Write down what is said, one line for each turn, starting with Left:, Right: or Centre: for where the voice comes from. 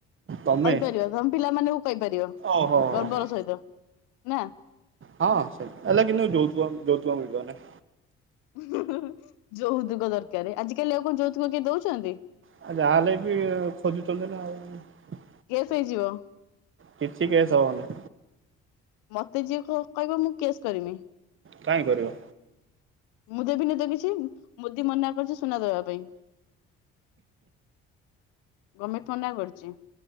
Right: ତମେ
Left: କହିପାରିବ ତମ ପିଲାମାନଙ୍କୁ କହିପାରିବ
Right: ଓହୋ
Left: ଗର୍ବର
Right: ହୋ
Left: ସହିତ। ନା।
Right: ହଁ ସେ ହେଲେ କିନ୍ତୁ ଯୌତୁକ ଯୌତୁକ ମିଳିବନି।
Left: ହୁଁ ହୁଁ ହୁଁ ଯୌତୁକ ଦରକାରେ ଆଜିକାଲି ଆଉ କଣ ଯୌତୁକ କିଏ ଦଉଚନ୍ତି।
Right: ଆ ଯାହେଲେ ବି ଖୋଜୁଚନ୍ତି ନା ଆଉ।
Left: କେସ୍ ହେଇଯିବ।
Right: କିିଛି କେସ୍ ହବନି।
Left: ମତେ ଯିଏ କ କହିବ ମୁଁ କେସ୍ କରିମି।
Right: କାଇଁ କରିବ?
Left: ମୁଁ ଦେବିନି ତ କିଛି ଉଁ ମୋଦି ମନା କରିଚି ସୁନା ଦବା ପାଇଁ। ଗମେଣ୍ଟ୍ ମନା କରିଚି।